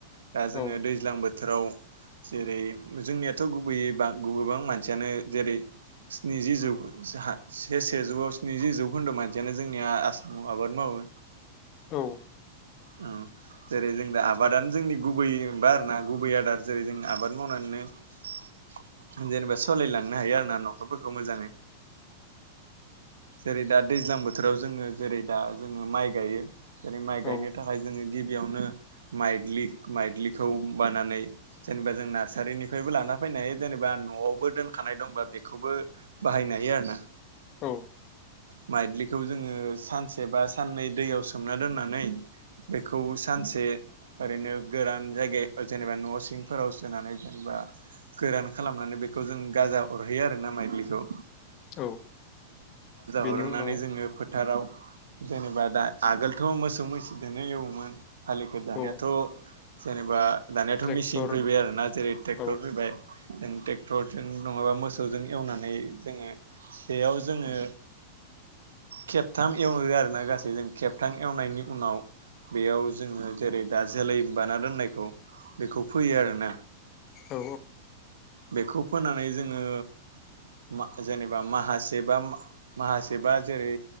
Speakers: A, on the right; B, on the left.
A: दा जोङो
B: औ
A: दैज्लां बोथोराव जेरै जोंनियाथ' गुबैयै बा गोबां मानसियानो जेरै स्निजि जौ से सेजौआव स्निजि जौखोन्दो मान। बिदिनो जोंनिया आसामाव आबाद मावो।
B: औ।
A: औ जेरै जों दा आबादानो जोंनि गुबैबा आरोना गुबै आदार जेरै जों आबाद मावनानैनो जेनेबा सालायलांनो हायो आरो ना न'खरफोरखौ मोजाङै जेरै दा दैज्लां बोथोर। बोथोराव जोङो जेरै दा जोङो माइ गायो। जेरै माइ
B: औ
A: गायनो थाखाय जोङो गिबियावनो माइलि। माइद्लिखौ बानानै जेनेबा जों नार्सारिनिफ्रायबो लाना फैनो हायो जेनेबा न'आवबो दोनखानाय दंबा बेखौबो बाहायनो हायो आरो ना।
B: औ
A: माइलि। बेखौ जोङो सानसे बा साननै दैयाव सोमना दोननानै बेखौ सानसे ओरैनो गोरान जायगायाव जेनेबा न' सिंफोराव सोनानै बा गोरान खालामनानै बेखौ जों गाजा अरहैयो आर ना माइलिखौ।
B: औ बेनि
A: हरनानै
B: उनाव।
A: जोङो फोथाराव जेनेबा दा आगोलथ' मोसौ मैसोजोनो एवोमोन हालिख दानायाथ'
B: औ
A: जेनेबा। दानियााथ'
B: ट्रेक्टर
A: मेसिन फैबाय आरोना जेरै ट्रेक्टर
B: औ
A: फैबाय। जों ट्रेक्टरजों नङाबा मोसौजों एवनानै जोङो बेयाव जोङो। खेबथाम एवनो आरो ना गासै जों खेबथाम एवनायनि उनाव बेयाव जोङो जेरै दा जोलै बाना दोननायखौ बेखौ फोयो आरो ना
B: औ
A: बेखौ फोनानै जोङो मा जेनेबा माहासेबा माहासेबा। जेरै